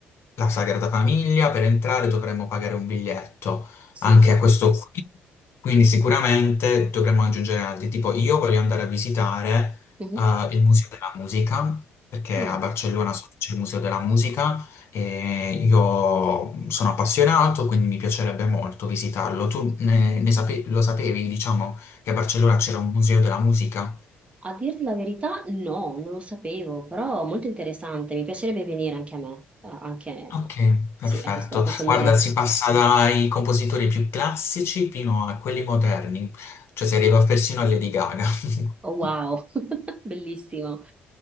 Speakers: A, on the left; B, on the right.
A: la Sagrada Famiglia, per entrare dovremmo pagare un biglietto,
B: sì.
A: anche questo qui. Quindi sicuramente dovremmo aggiungere altri, tipo io voglio andare a visitare
B: mhm.
A: eh, il Museo della Musica, perché
B: Ah,
A: a Barcellona so che c'è il Museo della Musica e io sono appassionato, quindi mi piacerebbe molto visitarlo. Tu ne, ne sape- lo sapevi, diciamo, che a Barcellona c'era un Museo della Musica?
B: a dirti la verità, no, non lo sapevo, però molto interessante. Mi piacerebbe venire anche a me, eh, anche
A: Ok, perfetto.
B: sì, a questo, a questo museo.
A: Guarda, si passa dai compositori più classici fino a quelli moderni, cioè si arriva persino a Lady Gaga. <laughs>
B: Oh, wow, <laughs> bellissimo.